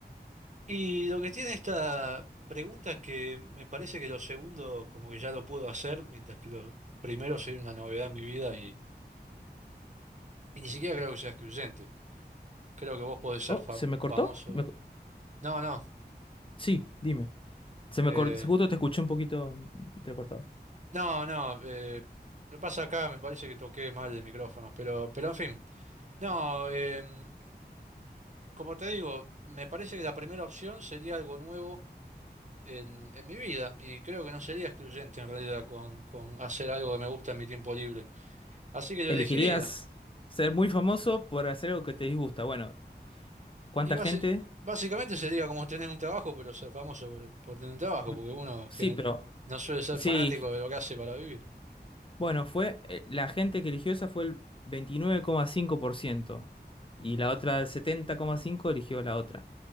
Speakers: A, on the right; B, on the left.
A: Y lo que tiene esta pregunta es que me parece que lo segundo como que ya lo puedo hacer, mientras que los primeros sería una novedad en mi vida y, y ni siquiera creo que sea excluyente. Creo que vos podés ser
B: Oh,
A: fam-
B: ¿se me cortó?
A: famoso.
B: Me co-
A: No, no.
B: Sí, dime. Se
A: eh,
B: me cortó, justo te escuché un poquito entrecortado.
A: no, no. eh, lo que pasa acá me parece que toqué mal el micrófono, pero, pero en fin. No, em, Como te digo, me parece que la primera opción sería algo nuevo en, en mi vida y creo que no sería excluyente en realidad con, con hacer algo que me gusta en mi tiempo libre. Así que lo
B: ¿Elegirías
A: elegiría.
B: ser muy famoso por hacer algo que te disgusta? Bueno, ¿cuánta
A: Y basi-
B: gente?
A: básicamente sería como tener un trabajo, pero ser famoso por, por tener un trabajo,
B: B-
A: porque uno gener-
B: Sí, pero
A: no suele ser
B: sí,
A: fanático de lo que hace para vivir.
B: Bueno, fue eh, la gente que eligió esa fue el veintinueve coma cinco por ciento y la otra el 70,5% eligió la otra.